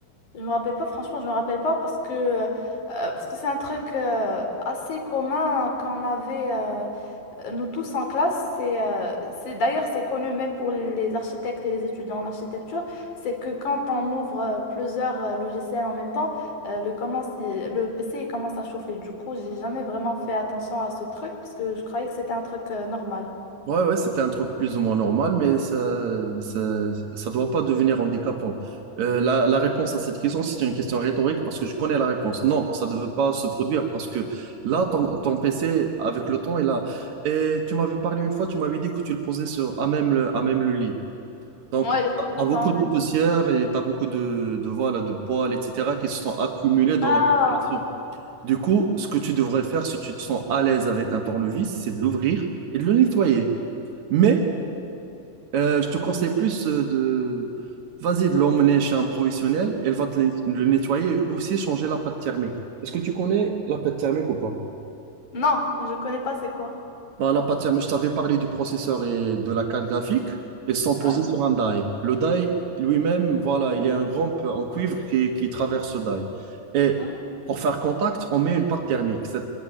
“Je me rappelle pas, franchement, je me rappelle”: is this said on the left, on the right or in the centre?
Left